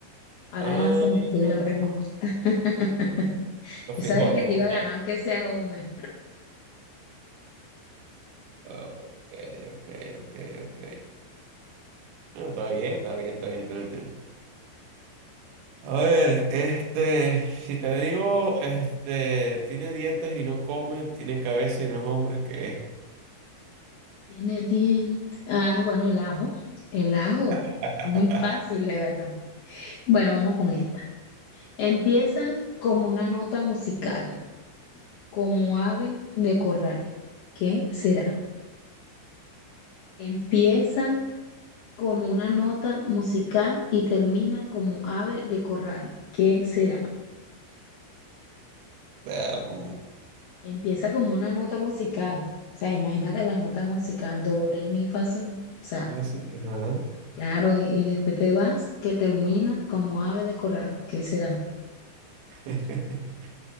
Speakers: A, on the left; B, on the right.
A: Ahora
B: Ah,
A: lánzame tú la
B: ah,
A: pregunta. <laughs>
B: los
A: Yo
B: frijoles
A: sabía que te
B: como
A: iba
B: tal.
A: a ganar, aunque sea una.
B: Ah, Ok, ok, ok, ok. Bueno, está bien, está bien, está bien, está bien. está bien. A ver, este, si te digo, este, tiene dientes y no come, tiene cabeza y no es hombre, ¿qué es?
A: Tiene dientes. Ah, bueno, el ajo. El ajo.
B: <laughs>
A: Está muy fácil, de verdad. Bueno, vamos con esta. Empieza como una nota musical, como ave de corral. ¿Qué será? Empieza como una nota musical y termina como ave de corral. ¿Qué será?
B: Perro.
A: Empieza como una nota musical. O sea, imagínate las notas musicales. Do, re, mi, fa, sol. O sea,
B: La sí- Ajá.
A: Claro, y, y después te vas que termina como ave de corral. ¿Qué será?
B: <laughs>